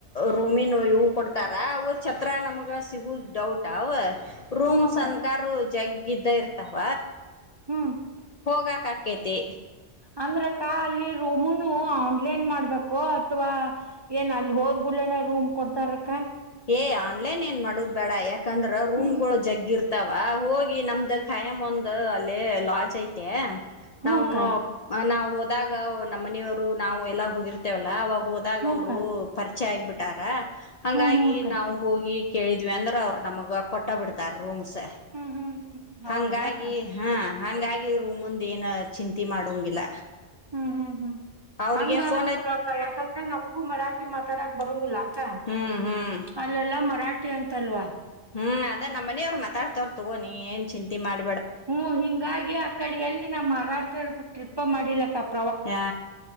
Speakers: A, on the left (about 50°); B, on the right (about 30°).
A: ರೂಮಿ ನವು ಕೊಡ್ತಾರ ಅವ ಛತ್ರ ನಮ್ಗ ಸಿಗುದ ಡೌಟ್ ಅವ. ರೂಮ್
B: ಹ್ಞೂ ಅಕ್ಕ
A: ಸನ್ಕಾರು ಜಗ್ ಗ್ದ ಇರ್ತಾವ.
B: ಹಾ.
A: ಹೋಗಾ ಕಕ್ಕೆೇತೆ
B: ಅಂದ್ರಕ್ಕ ಅಲ್ಲಿ ರೂಮನು ಆನ್ಲೈನ್ ಮಾಡ್ಬೇಕು ಅಥವಾ ಏನ್ ಅಲ್ಲಿ ಹೋದ್ ಗುನ ರೂಮ್ ಕೊಡ್ತಾರಕ್ಕ
A: ಏ ಆನ್ಲೈನ್ ಏನ್ ಮಾಡುದು್ ಬೇಡ ಯಾಕೆ ಯಾಕಂದ್ರ ರೂಮ್ಗಳುಳ
B: ಹ್ಮ್
A: ಜಗ್ಗಿರ್ತ ಇತವಾ ಹೋಗಿ ನಮ್ದು ಖಾಯಮ ಒಂದ ಅಲ್ಲಿ ಲಾಜ್ ಐತೆ
B: ಹ್ಞೂ
A: ನಾ್
B: ಅಕ್ಕ
A: ನಾವು ಹೊ ಆದಾಗ ನಮ್ಮ ಮನೆಯವರು ನಾವು ಎಲ್ಲಾ ಹೋಗಿರ್ತೇವಲ್ಲ ಅವಾಗ ಹೋದಾಗ
B: ಹ್ಞೂ
A: ಅವ್ರು
B: ಅಕ್ಕ
A: ಪರಿಚೆ ಆಗ್ಿಬಿಟ್ಟು. ಟಾರಾ. ಹಂಗಾಗಿ
B: ಹ್ಮ್ ಹ್ಞೂ
A: ಈ
B: ಅಕ್ಕ
A: ನಾವು ಹೋಗಿ ಕೇಳಿದ್ವಿ ಅಂದ ಅವರು ನಮಗ ಕೊಟ್ಟ ಬಿಡ್ತಾರ ರೂಮ್ಸ್
B: ಹ್ಮ್ ಹ್ಮ್ ಹ್ಮ್ ಹೌದೇನ
A: ಹಂಗಾಗಿ
B: ಅಕ್ಕ
A: ಹಾ ಹಂಗಾಗಿ ರೂಮ್ಂದ ಏನ ಚಿಂತೆಿ ಮಾಡೋಂಗಿಲ್ಲ
B: ಹ್ಮ್ ಹ್ಮ್ ಹ್ಮ್
A: ಅವ್ರಿಗೆ
B: ಹಂಗಲೋ
A: ಫೋನ್
B: ಯಾಕಂದ್ರೆ ನಮಗೂ ಮರಾಠಿ ಮಾತಾಡಕ್ ಬರಂಗಲತ
A: ಹ್ಮ್ ಹ್ಮ್
B: ಅಲ್ಲೆಲ್ಲ ಮರಾಠಿ ಅಂತಲ್ವಾ
A: ಹ್ಮ್ ಅದೇ ನಮ್ಮ ಮನೆಯವರು ಮಾತಾಡ್ತೋ್ ತಗೋಿ ಏನ್ ಚಿಂತೆ ಮಾಡಿ
B: ಹ್ಮ್ ಹಿಂಗಾಗಿ ಆಕಡೆ ಎಲ್ಲ ನಮ್ಮ ಮಹಾರಾಷ್ಟ್ರ ್ರಿಪ್ಪ ಮಾಡಿಲ್ಲಕ್ಕಪ್ಪ
A: ಹಾ